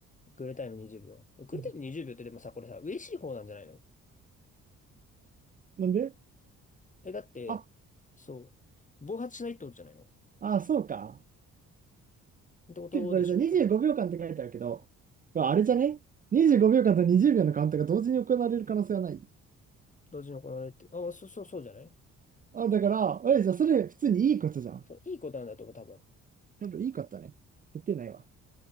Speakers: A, on the left; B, on the right.
A: クールタイム20秒。クールタイム20秒ってでもさ、
B: うん
A: これさ、嬉しい方なんじゃないの
B: なんで
A: え、だって、
B: あ、
A: そう、暴発しないってことじゃないのっ
B: あ、そうか。
A: てことでしょ、
B: てかこれさ、25秒間って書いてあるけど、
A: 多分。
B: まああれじゃね ?25 秒間と20秒のカウントが同時に行われる可能性はない。
A: 同時に行われて。あ、そうそうそうじゃない
B: あ、だから、え、じゃあそれ普通にいいことじゃん。
A: そう、いいことなんだと思う、多分。
B: なんかいいことだね。言ってないわ。